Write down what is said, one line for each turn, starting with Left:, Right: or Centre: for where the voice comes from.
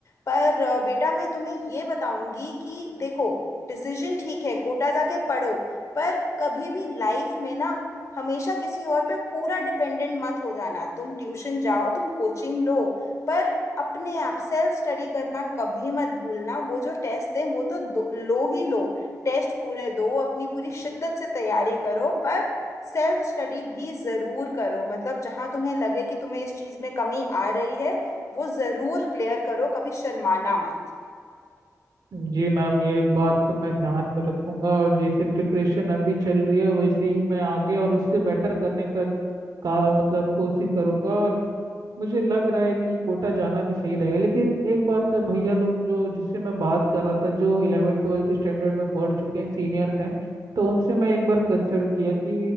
Left: पर अ, बेटा मैं तुम्हें ये बताऊंगी कि देखो डिसीजन ठीक है कोटा जाके पढ़ो पर कभी भी लाइफ में ना हमेशा किसी और पे पूरा डिपेंडेंट मत हो जाना तुम ट्यूशन जाओ तुम कोचिंग लो पर अपने आप सेल्फ स्टडी करना कभी मत भूलना वो जो टेस्ट दें वो तो दो, लो ही लो टेस्ट पूरे दो अपनी पूरी शिद्दत से तैयारी करो पर सेल्फ स्टडी भी ज़रूर करो मतलब जहाँ तुम्हें लगे कि तुम्हें इस चीज़ में कमी आ रही है वो ज़रूर क्लियर करो कभी शर्माना मत
Right: जी मैम ये बात तो मैं ध्यान में रखूंगा और जैसे प्रिपरेशन अभी चल रही है वैसे ही मैं आगे और उससे बेटर करने का, का मतलब कोशिश करूंगा और मुझे लग रहा है कि कोटा जाना भी सही रहेगा लेकिन एक बात है भैया लोग जो जिससे मैं बात कर रहा था जो इलेवन ट्वेल्थ स्टैंडर्ड में पढ़ चुके हैं सीनियर्स हैं तो उनसे मैं एक बार कंसल्ट किया कि